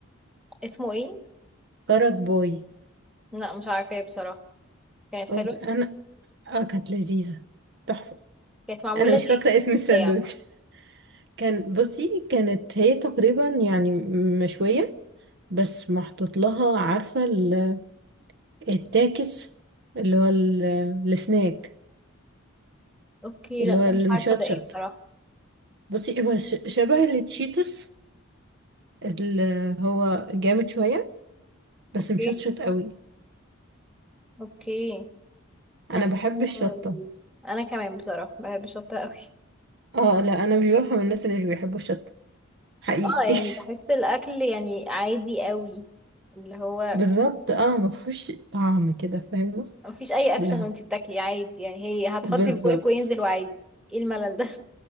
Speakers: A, in the centre; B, on the right (about 50°).
A: اسمه ايه
B: كرك بوي
A: لا مش عارفه ايه بصراحه كانت حلوه
B: أوك- انا اه كانت لذيذة تحفة
A: كانت معموله
B: انا مش
A: زي
B: فاكرة اسم الساندوتش
A: زي عامه
B: <laughs> كان بصي كانت هي تقريبا يعني مشوية بس محطوط لها عارفة ال- التاكس اللي هو ال- السناك
A: اوكي
B: اللي
A: لا
B: هو
A: ده
B: المشطشط
A: مش عارفه ده ايه بصراحه
B: بصي هو ش- شبه التشيتوس اللي هو جامد شوية بس
A: اوكي
B: مشطشط قوي
A: اوكي
B: انا
A: حاسه
B: بحب الشطة
A: ال- انا كمان بصراحه بحب الشطه قوي
B: اه لا انا مش بفهم الناس اللي مش بيحبوا الشطة حقيقي
A: اه يعني
B: <laughs>
A: بحس الاكل يعني عادي قوي اللي هو
B: بالظبط اه مفهوش طعم كده فاهمة
A: مفيش اي اكشن
B: لا
A: وانتي بتاكلي عادي يعني هي هتحطي
B: بالظبط
A: في بوقك وينزل وعادي ايه الملل ده